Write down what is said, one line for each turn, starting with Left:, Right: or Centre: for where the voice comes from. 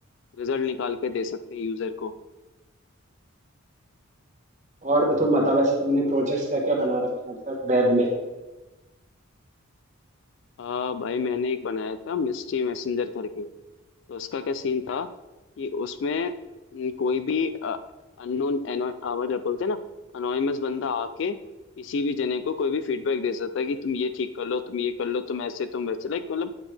Left: रिजल्ट निकाल के दे सकते हैं यूजर को
Right: और तुम बताओ वैसे तुमने प्रोजेक्ट्स क्या क्या बना रखे हैं अब तक वेब
Left: अ, भाई मैंने एक बनाया था मिस्ट्री मैसेंजर करके तो उसका क्या सीन
Right: में
Left: था कि उसमें न, कोई भी अननोन क्या बोलते हैं ना अनोनिमस बंदा आके किसी भी जने को कोई भी फीडबैक दे सकता है कि तुम ये ठीक कर लो तुम ये कर लो तुम ऐसे तुम वैसे लाइक मतलब